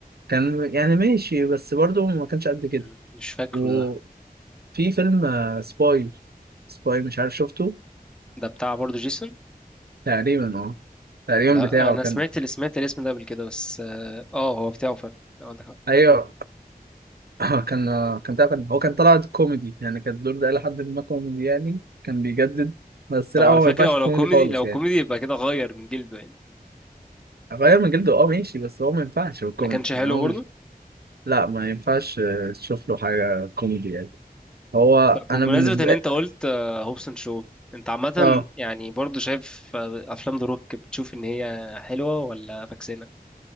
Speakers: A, on the right; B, in the centre.
A: كان يعني ماشي بس برضه ما كانش قد كده
B: مم، مش فاكره
A: وفي
B: ده
A: فيلم آه، سباي سباي مش عارف شفته
B: ده بتاع برضه جيسون
A: تقريبا اه تقريبا
B: لا
A: بتاعه
B: انا
A: كان
B: سمعت اللي سمعت الاسم ده قبل كده بس اه آه، هو بتاعه فعلا آه، عندك حق
A: ايوه آه، كان آه، كان بتاعه كان هو كان طلع كوميدي يعني كان الدور ده لحد ما كوميدي يعني كان بيجدد بس
B: طب
A: لا
B: على
A: هو
B: فكره
A: ما ينفعش
B: ولو
A: في كوميدي
B: كوميدي
A: خالص
B: لو
A: يعني
B: كوميدي يبقى كده غير من جلده يعني
A: غير من جلده اه ماشي بس هو ما ينفعش في الكوميدي
B: ما كانش حلو
A: يعني هو
B: برضه
A: مش لا ما ينفعش آه، تشوف له حاجة كوميدي يعني هو
B: طب
A: انا
B: بمناسبه
A: بالنسبة
B: ان انت قلت آه، هوبسون شو انت عامه
A: اه
B: يعني برضه شايف آه، افلام ذا روك بتشوف ان هي حلوه ولا فاكسانه